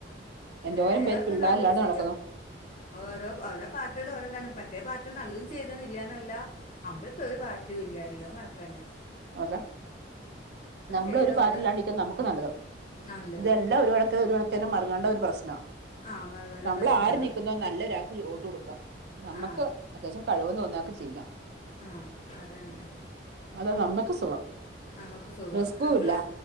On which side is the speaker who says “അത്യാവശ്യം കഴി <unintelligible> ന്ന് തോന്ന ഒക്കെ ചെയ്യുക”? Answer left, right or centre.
Right